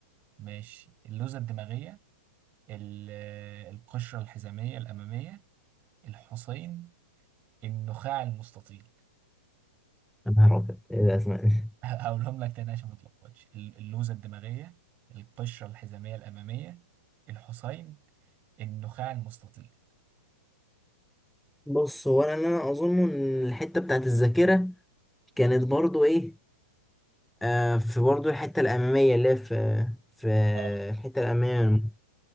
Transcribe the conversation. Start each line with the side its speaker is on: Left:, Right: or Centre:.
Right: ماشي اللوزة الدماغية ال- آه، القشرة الحزامية الأمامية الحصين النخاع المستطيل
Centre: يا نهار أبيض إيه الأسماء دي
Right: <laughs> هقولهم لك تاني عشان ما تلخبطش ال- اللوزة الدماغية القشرة الحزامية الأمامية الحصين النخاع المستطيل
Centre: بص هو أنا اللي أنا أظن إن الحتة بتاعت الذاكرة كانت برضو إيه آه في برضو الحتة الأمامية اللي هي في في
Right: اه
Centre: الحتة الأمامية من-